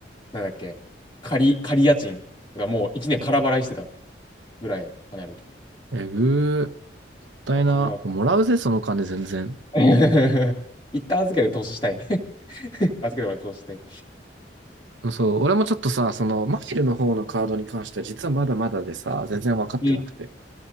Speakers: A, on the left; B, on the right.
A: なんだっけ、仮、仮家賃とかもう1年空払いしてたぐらい金あると。
B: ー、えぐー。もったいな。
A: あ金は。
B: もらうぜ、その金全然。
A: <laughs> 一旦預けて投資したい。<laughs> 預けてもらって投資したい。
B: そう、俺もちょっとさ、その、マフィルの方のカードに関しては実はまだまだでさ、全然分かってなくて。
A: うん。